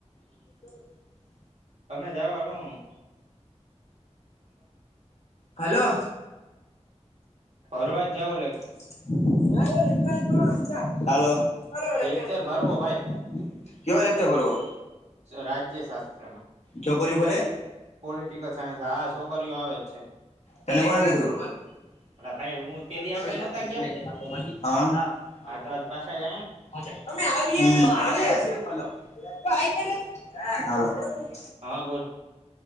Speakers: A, on the left; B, on the right.
A: <unintelligible>
B: તમે જાવ હાલો હું.
A: હેલો.
B: ફરવા જાવું લગ.
A: <unintelligible>
B: લેક્ચર ભરવો
A: કયો લેક્ચર ભરવો?
B: રાજ્ય શાસ્ત્રનું.
A: ચોકરીયુ ભણે?
B: Political science. હા છોકરીઓ આવે જ છે.
A: તને કોણે કીધું?
B: અલા
A: <inaudible>
B: ભાઈ હું તે દી આપડે નહોતા ગયા હા તો આજ પાછા જ આયા ને
A: <inaudible>
B: હા બોલ.